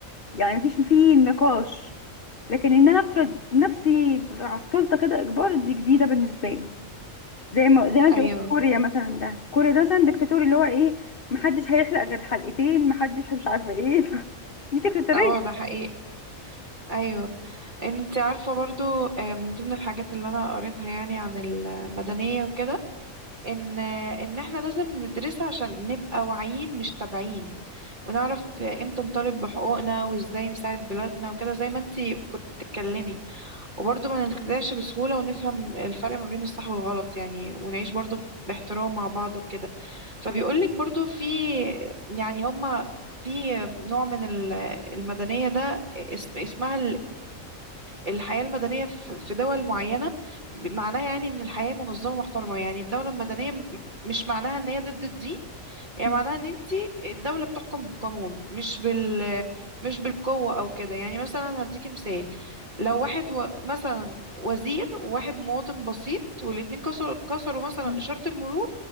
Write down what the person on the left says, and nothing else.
يعني مفيش فيه نقاش لكن ان انا افرض نفسي على السلطه كده اجبار دي جديده بالنسبه لي زي ما زي ما انت
قلت كوريا مثلا ده كوريا ده مثلا ديكتاتوري اللي هو ايه محدش هيحلق غير حلقتين محدش مش عارفه ايه <laughs> دي ديكتاتوريه
م-
م-
م.